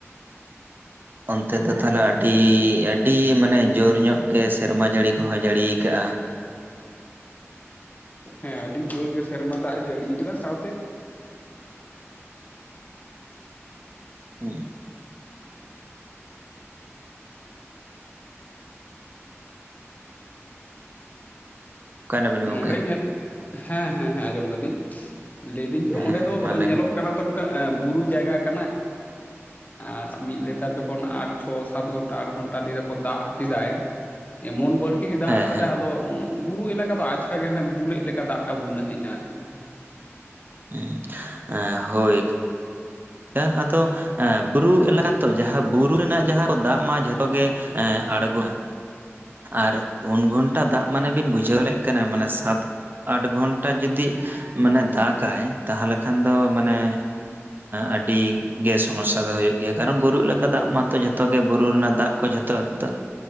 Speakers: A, on the right (about 40°); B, on the left (about 35°).
A: ᱚᱱᱛᱮ ᱫᱚ ᱛᱟᱦᱚᱞᱮ ᱟᱹᱰᱤ ᱟᱹᱰᱤ ᱢᱟᱱᱮ ᱡᱳᱨ ᱧᱚᱜ ᱜᱮ ᱥᱮᱨᱢᱟ ᱡᱟᱹᱲᱤ ᱠᱚᱸᱦᱚᱸᱭ ᱡᱟᱹᱲᱤ ᱟᱠᱟᱜᱼᱟ᱾
B: ᱦᱮᱸ ᱟᱹᱰᱤ ᱡᱳᱨ ᱜᱮ ᱥᱮᱨᱢᱟ ᱫᱟᱜ ᱮ ᱡᱟᱹᱲᱤᱭᱟ ᱠᱟᱫᱟ ᱥᱟᱶᱛᱮ᱾
A: ᱩᱸ ᱚᱠᱟᱭᱱᱟᱵᱤᱱ ᱜᱚᱢᱠᱮ
B: ᱱᱚᱸᱰᱮ ᱧᱮᱞ ᱦᱮᱸ ᱦᱮᱸ ᱟᱸᱡᱚᱢ ᱫᱟᱞᱤᱧ ᱞᱟᱹᱭᱫᱟᱹᱧ ᱡᱮ
A: ᱦᱮᱸ
B: ᱚᱸᱰᱮ ᱫᱚ
A: ᱢᱟ ᱞᱟᱹᱭᱵᱤᱱ
B: ᱧᱮᱞᱚᱜ ᱠᱟᱱᱟ᱾ ᱠᱟᱱᱟ ᱛᱚ ᱱᱚᱝᱠᱟ ᱮ ᱵᱩᱨᱩ ᱡᱟᱭᱜᱟ ᱠᱟᱱᱟ ᱟᱨ ᱢᱤᱫ ᱞᱮᱛᱟᱨ ᱡᱚᱠᱷᱚᱱ ᱟᱴ ᱪᱷᱚ ᱥᱟᱛ ᱜᱷᱚᱱᱴᱟ ᱟᱴ ᱜᱷᱚᱱᱴᱟ ᱞᱟᱹᱭ ᱫᱟᱠᱚ ᱫᱟᱜ ᱠᱮᱫᱟᱭ᱾ ᱮᱢᱚᱱ ᱵᱟᱲ ᱛᱤ ᱫᱟᱜ
A: ᱦᱮᱸ
B: ᱟᱠᱟᱫᱟᱭ
A: ᱦᱮᱸ
B: ᱟᱫᱚ ᱵᱩᱨᱩ ᱮᱞᱟᱠᱟ ᱫᱚ ᱟᱪᱠᱟᱜᱮ ᱦᱟᱱᱮ ᱫᱩᱞᱮᱜ ᱞᱮᱠᱟ ᱫᱟᱜ ᱴᱟᱜ ᱵᱩᱱᱱᱟᱹ ᱦᱮᱡ ᱮᱱᱟ ᱟᱨᱠᱤ᱾
A: ᱦᱩᱸ ᱦᱳᱭ ᱦᱮᱜ ᱟᱫᱚ ᱮᱸ ᱵᱩᱨᱩ ᱮᱞᱟᱠᱟᱛᱚ ᱡᱟᱦᱟᱸ ᱵᱩᱨᱩ ᱨᱮᱱᱟᱜ ᱡᱟᱦᱟᱸ ᱠᱚ ᱫᱟᱜ ᱢᱟ ᱡᱷᱚᱛᱚ ᱜᱮ ᱮ ᱟᱬᱚᱜᱚᱱᱟ ᱟᱨ ᱩᱱ ᱜᱷᱚᱱᱴᱟ ᱫᱟᱜ ᱢᱟᱱᱮ ᱵᱤᱱ ᱵᱩᱡᱷᱟᱹᱣ ᱫᱟᱲᱮᱭᱟᱜ ᱠᱟᱱᱟ ᱢᱟᱱᱮ ᱥᱟᱛ ᱟᱴ ᱜᱷᱚᱱᱴᱟ ᱡᱩᱫᱤ ᱢᱟᱱᱮ ᱫᱟᱜᱟᱭ ᱛᱟᱦᱚᱞᱮ ᱠᱷᱟᱱ ᱫᱚ ᱢᱟᱱᱮ ᱟᱹ ᱰᱤ ᱜᱮ ᱥᱚᱢᱚᱥᱥᱟ ᱫᱚ ᱦᱩᱭᱩᱜ ᱜᱮᱭᱟ ᱠᱟᱨᱚᱱ ᱵᱩᱨᱩ ᱮᱞᱟᱠᱟ ᱫᱟᱜ ᱢᱟᱛᱚ ᱡᱷᱚᱛᱚ ᱜᱮ ᱵᱩᱨᱩ ᱨᱮᱱᱟᱜ ᱫᱟᱜ ᱠᱚ ᱡᱷᱚᱛᱚ ᱮᱠᱛᱚ